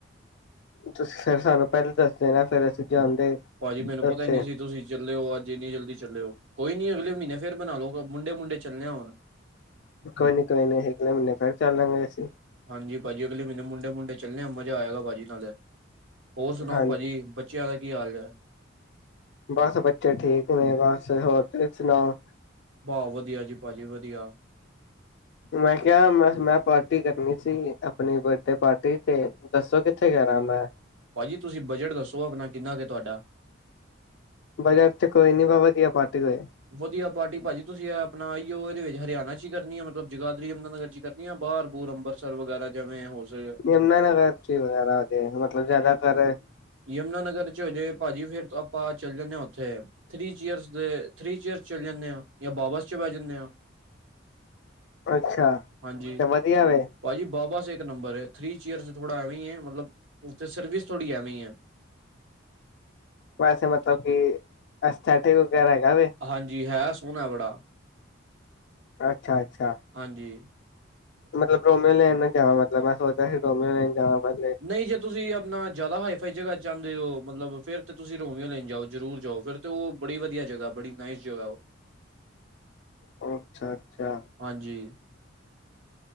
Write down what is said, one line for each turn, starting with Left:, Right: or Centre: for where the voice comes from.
Left: ਤੁਸੀਂ ਫੇਰ ਸਾਨੂੰ ਪਹਿਲਾਂ ਦੱਸਦੇ ਨਾ ਫੇਰ ਅਸੀਂ ਜਾਂਦੇ
Right: ਭਾਜੀ ਮੈਨੂੰ
Left: ਉੱਥੇ
Right: ਪਤਾ ਨਿ ਸੀ ਤੁਸੀਂ ਚੱਲੇ ਓ ਅੱਜ ਇੰਨੀ ਜਲਦੀ ਚੱਲੇ ਓ ਕੋਈ ਨੀ ਅਗਲੇ ਮਹੀਨੇ ਫਿਰ ਬਣਾ ਲਓ ਮੁੰਡੇ ਮੁੰਡੇ ਚੱਲੇ ਆ ਹੋਣ
Left: ਕੋਈ ਨੀ ਕੋਈ ਨੀ ਅਗਲੇ ਮਹੀਨੇ ਫਿਰ ਚੱਲ ਦਾਂਗੇ ਅਸੀਂ।
Right: ਹਾਂਜੀ ਭਾਜੀ ਅਗਲੇ ਮੈਨੂੰ ਮੁੰਡੇ ਮੁੰਡੇ ਚੱਲਣੇ ਆ ਮਜ਼ਾ ਆਏਗਾ ਭਾਜੀ ਨਾਲੇ ਹੋਰ ਸੁਣਾਓ
Left: ਹਾਂਜੀ
Right: ਭਾਜੀ ਬੱਚਿਆ ਦਾ ਕੀ ਹਾਲ ਚਾਲ ਹੈ
Left: ਬਸ ਬੱਚੇ ਠੀਕ ਨੇ ਬਸ ਹੋਰ ਤੁਸੀ ਸੁਣਾਓ
Right: ਭਾ ਵਧੀਆ ਜੀ ਭਾਜੀ ਵਧੀਆ।
Left: ਮੈਂ ਕਿਹਾ ਮੈਂ-ਮੈਂ ਪਾਰਟੀ ਕਰਨੀ ਸੀ, ਆਪਣੀ ਬਰਡੇ ਪਾਰਟੀ ਤੇ ਦੱਸੋ ਕਿੱਥੇ ਕਰਾਂ ਮੈਂ
Right: ਭਾਜੀ ਤੁਸੀਂ ਬਜਟ ਦੱਸੋ‌ਆਪਣਾ ਕਿੰਨਾ ਕੁ ਤੁਹਾਡਾ।
Left: ਬਜ਼ਟ ਤਾ ਕੋਈ ਨੀ ਬਸ ਵਧੀਆ ਪਾਟੀ ਹੋਵੇ।
Right: ਵਧੀਆ ਪਾਰਟੀ ਭਾਜੀ, ਤੁਸੀਂ ਅ ਆਪਣਾ ਆਈਓ ਇਹਦੇ ਵਿੱਚ ਹਰਿਆਣਾ 'ਚ ਈ ਕਰਨੀ ਐ। ਮਤਲਬ ਜਗਾਦਰੀ ਯਮਨਾ ਨਗਰ 'ਚ ਈ ਕਰਨੀ ਆ ਬਾਹਰ ਬੂਰ ਅੰਬਰਸਰ ਵਗੈਰਾ ਜਿਵੇਂ ਹੋ ਸਕੇ
Left: ਯਮੁਨਾ ਨਗਰ 'ਚ ਈ ਵਗੈਰਾ ਦੇਖਲੋ। ਮਤਲਬ ਜਿਆਦਾਤਰ
Right: ਯਮੁਨਾ ਨਗਰ 'ਚ ਹੋਜੇ ਭਾਜੀ, ਫਿਰ ਆਪਾਂ ਚਲ ਜਾਨੇ ਆ ਉੱਥੇ ਥ੍ਰਰੀ ਚੀਅਰਸ ਦੇ ਥ੍ਰਰੀ ਚੇਅਰ ਚਲ ਜਾਣੇ ਆ। ਜਾਂ ਬਾਬਸ 'ਚ ਬਹਿ ਜਨੇ ਆ।
Left: ਅੱਛਾ
Right: ਹਾਂਜੀ
Left: ਏ ਵਧੀਆ ਵੇ
Right: ਭਾਜੀ ਬਾਬਾ ਸੇਕ ਇੱਕ ਨੰਬਰ ਏ ਥਰੀ ਚੀਅਰ ਥੋੜਾ ਐਵੇਂ ਹੀ ਹੈ ਮਤਲਬ ਉਥੇ ਸਰਵਿਸ ਥੋੜੀ ਆਵੇ ਆ
Left: ਵੈਸੇ ਮਤਲਬ ਕਿ ਸੈਟਿਕ ਵਗੈਰਾ ਹੈਗਾ ਵੇ
Right: ਹਾਂਜੀ ਹੈ ਸੋਹਣਾ ਬੜਾ
Left: ਅੱਛਾ ਅੱਛਾ
Right: ਹਾਂਜੀ
Left: ਮਤਲਬ ਪ੍ਰੋਮਿਓ ਲੈਣ ਨਾਲ ਜਾਵਾਂ ਮਤਲ ਮੈਂ ਸਚਿਆ ਸੀ ਪ੍ਰੋਮਿਓ ਲੈਣ ਜਾਵ ਪਹਿਲੇ
Right: ਨਹੀਂ ਜੇ ਤੁਸੀਂ ਆਪਣਾ ਜ਼ਿਆਦਾ ਹਾਈਫਾਈ ਜਗ੍ਹਾ ਚਾਹੁੰਦੇ ਹੋ ਮਤਲਬ ਫਿਰ ਤੇ ਤੁਸੀਂ ਰੋਮੀਓ ਲੈਣ ਜਾਓ ਜ਼ਰੂਰ ਜਾਓ ਫਿਰ ਤੇ ਉਹ ਬੜੀ ਵਧੀਆ ਜਗ੍ਹਾ ਬੜੀ ਨਾਈਸ ਜਗ੍ਹਾ ਉਹ
Left: ਓ ਅੱਛਾ ਅੱਛਾ
Right: ਹਾਂਜੀ